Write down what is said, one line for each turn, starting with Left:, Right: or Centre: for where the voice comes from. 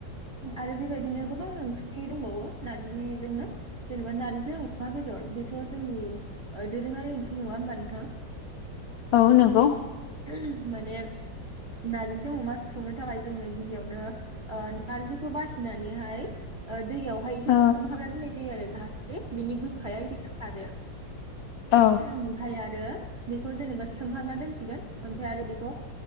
Right: आरो बेबायदिनो गोबां ओंख्रि दंबावो नारजिजोंनो जेनेबा नारजि अमा बेदर बेथ जोंनि दोरोङारि ओंख्रि नङा होमबा नोंथां।
Left: औ नंगौ।
Right: <unintelligible> माने नारजिजों अमा संनो थाखाय जोंङो गिबियावनो नारजिखौ बासिनानैहाय ओ दैयावहाय एसे
Left: औ
Right: सोमहाबना दोननाय जायो आरो जाहाथो बिनि गोखाया एसे खारो।
Left: औ
Right: ओमफाय आरो बेखौ जेनेबा सोमहाबना दोनसिगोन ओमफाय आरो बेखौ